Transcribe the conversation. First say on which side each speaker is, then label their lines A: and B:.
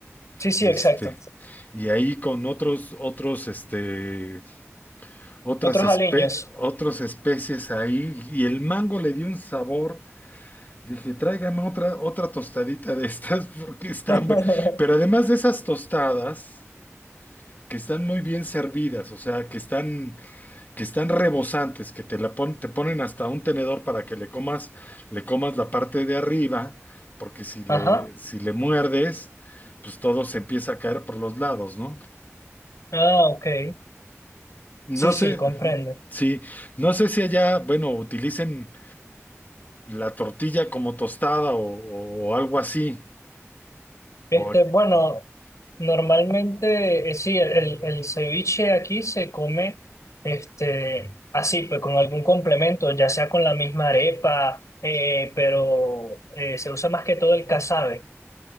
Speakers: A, on the left (about 80°); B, on the left (about 35°).
A: Sí, sí,
B: Este,
A: exacto.
B: y ahí con otros, otros, este, otras,
A: Otros
B: espe-
A: aliños.
B: otras especies ahí, y el mango le dio un sabor. Dije, tráigame otra, otra tostadita de estas <laughs> porque están
A: <laughs>
B: hambre. Pero además de esas tostadas, que están muy bien servidas, o sea, que están que están rebosantes, que te la pon- te ponen hasta un tenedor para que le comas, le comas la parte de arriba, porque si le,
A: Ajá.
B: si le muerdes, pues todo se empieza a caer por los lados, ¿no?
A: Ah, ok.
B: No
A: Sí, sí,
B: sé,
A: comprendo.
B: sí, no sé si allá, bueno, utilicen la tortilla como tostada o, o algo así,
A: Este,
B: o
A: bueno, normalmente, eh, sí, el, el, el ceviche aquí se come este, así, pues con algún complemento, ya sea con la misma arepa, eh, pero eh, se usa más que todo el casabe.